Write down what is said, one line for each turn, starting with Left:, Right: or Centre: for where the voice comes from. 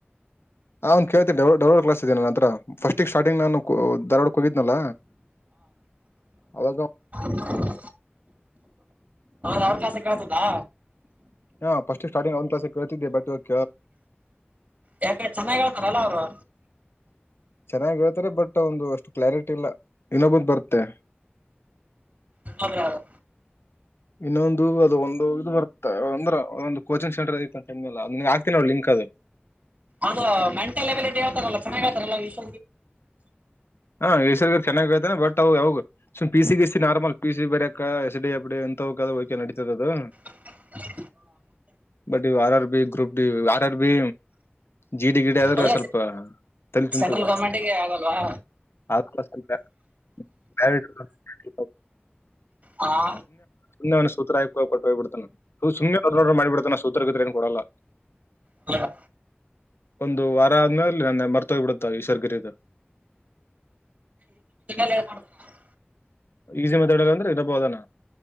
Left: ಹಾ ಒಂದ್ ಕೇಳ್ತೇನೆಡಡ್ಡ್ ಡಬಲ್ ಕ್ಲಾಸ್ ಇದೆ ನನ್ ಹತ್ರ. ಫಸ್ಟಿಗೆ ಸ್ಟಾರ್ಟಿಂಗ್ ನಾನು ದಧಾರ್ವಾಡಕ್ ಹೋಗಿದ್ನಲ್ಲ ಅವಾಗ
Right: ನನ್ <unintelligible> ಅವ್ರ ಕಲಸ ಕಳ್ತದಾ
Left: ಹಾ ಪಸ್ಟಿಕ್ ಸ್ಟಾರ್ಟಿಂಗ್ ಅಂದು ಕ್ಲಾಸ್ ಕೇಳತಿದ್ದೆ ಬಟ್ಟ ಕೇಳ
Right: ಯಾಕ ಚೆನ್ನಾಗ್ ಹೇಳ್ತಾರಲ್ಲ ಅವರು.
Left: ಚೆನ್ನಾಗಿ ಹೇಳ್ತಾರೆ ಬಟ್ ಒಂದು ಅಷ್ಟು ಕ್ಲಾರಿಟಿ ಇಲ್ಲ ಇನ್ನೊಬ್ಬಂದ ಬರುತ್ತೆ.
Right: ಇನ್ನೊಬ್ರಯರು
Left: ಇನ್ನೊಂದು ಅದು ಒಂದು ಇದು ಬರುತ್ತೆ ಅಂದ್ರೆ ಒಂದು ಕೋಚಿಂಗ್ ಸೆಂಟರ್ ಐ ಅಂತಲ್ಲ ಅಗೆ ಆಗ್ತನ ನೋಡ ಲಿಂಕ್ ಅದು.
Right: ಅದು ಮೆಂಟಲ್ ಎಬಿಲಿಟಿ ಹೇಳ್ತಾರಲ್ಲ ಚೆನ್ನಾಗ ಆತಾರಲ್ಲ ವಿಷ.
Left: ಹಾ ಯಶವರಿಗರ್ ಚೆನ್ನಾಗಿ ಹೇಳ್ತಾನೆ ಬಟ್. ಯಾವಾಗ ಸು ಸಿ ಗಸ್ ನಾರ್ಮಲ್ ಪಿ ಸಿ ಬರಕ ಎಸ್ ಡಿ ಎಬ್ಡಿ ಎಂತವು ಹಕೆ ನಡತದ ಅದು
Right: ಹ
Left: ಬ ವಾರ R B group D R R B ಜೀಡಿ ಗಿಡ ಆದ್ರೆ
Right: ಅದೇ
Left: ಸ್ವಲ್ಪ ತಲೆ ತಿಂತದ
Right: ಸೆಂಟ್ರಲ್ ಗೌರ್ಮೆಂಟಿಗೆ ಆಗಲ್ವಾ
Left: ಹ <unintelligible>
Right: ಹಾ
Left: ಸುಮ್ಮ್ನೆನ ಸತ್ರರ ಹ ಕೊಟ್ಟ ಹೋಗ್ಬ ಬಿಡ್ತ ಸುಮನೆರ ಮಾಡಿಬ ಬಿಡ್ತಾನ ಸತ್ರ ಏನ್ ಕೊಡೋಲ್ಲ
Right: ಹ <unintelligible>
Left: ಒಂದು ವಾರ ಆದ್ಮೇಲೆ ನನ್ನೆ ಮರ್ತೋಗ್ಬ ಬಿಡುತ್ತ ಈಶವರ್ಗಿರಿದು
Right: ಲ್ಲ ಮಾಡ <unintelligible>
Left: ಈಸಿ ಮಾತಾಡಲ್ಲ ಅಂದ್ರೆ ಇನ್ನೂಬ್ಬ ಹದಾನ